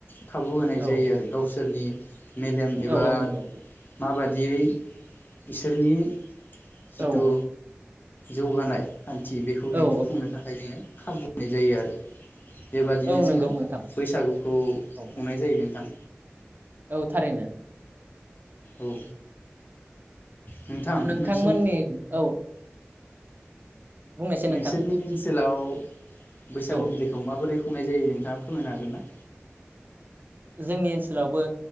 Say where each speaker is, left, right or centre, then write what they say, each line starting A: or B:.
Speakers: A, on the left; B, on the right.
A: खाबु होनाय
B: औ
A: जायो आरो गावसोरनि मेलेम एबा
B: औ नंगौ
A: माबा दियै इसोरनि जिथु
B: औ
A: जौगानाय खान्थि बेखौ दिन्थिफुंनो
B: औ
A: थाखाय जोङो खाबु होनाय जायो आरो। बे बादिनो
B: औ नंगौ
A: जोङो
B: नोंथां
A: बैसागुखौ
B: औ
A: खुंनाय जायो नोंथां।
B: औ थारैनो।
A: औ नोंथां
B: नोंथांमोननि
A: नोंसिनि
B: औ बुंनायसै
A: नोंसोरनि
B: नोंथां
A: ओनसोलाव बैसागु
B: औ
A: बिदैखौ माबोरै खुंनाय जायो नोंथाङा फोरमायनो हागोन ना?
B: जोंनि ओनसोलावबो